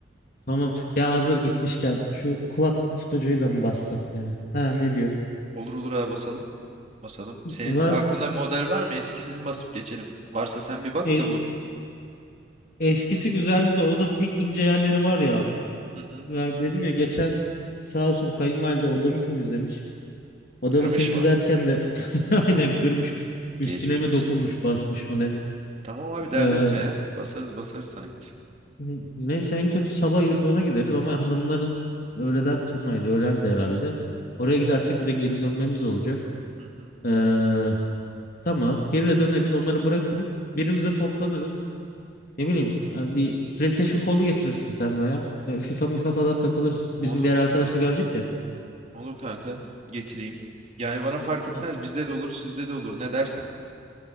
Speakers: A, on the left; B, on the right.
A: tamam. Ya hazır gitmişken şu kulaklık tutucuyu da mı bassak ya? Ha ne diyor?
B: Olur olur abi basalım. Basalım. Senin
A: Var.
B: aklında model var mı? Eskisini mi basıp geçelim? Varsa sen bir bak
A: E,
B: da bu.
A: eskisi güzeldi de o da pek ince yerleri var ya.
B: Hı hı.
A: Ya dedim ya geçen sağ olsun kayınvalide odamı temizlemiş. Odamı
B: Kırmış
A: temizlerken
B: mı?
A: de <laughs> aynen kırmış. Üstüne
B: Geçmiş
A: mi
B: olsun.
A: dokunmuş basmış mı ne?
B: Tamam abi dert
A: Ee,
B: etme ya. Basarız basarız sana yenisini.
A: Ne- Neyse en kötü sabah ilk ona gideriz ama hanımların öğleden sonraydı. Öğlen de herhalde. Oraya gidersek bir de geri dönmemiz olacak.
B: Hı hı.
A: Ee, tamam. Geri de döneriz. Onları bırakırız. Birimize toplanırız. Ne bileyim. ya bir PlayStation kolu getirirsin sen veya. E, FIFA mifa falan takılırız. Bizim
B: Olur.
A: diğer arkadaş da gelecek ya.
B: Olur kanka. Getireyim. Yani bana fark etmez.
A: Ha,
B: Bizde de olur, sizde de olur. Ne dersen.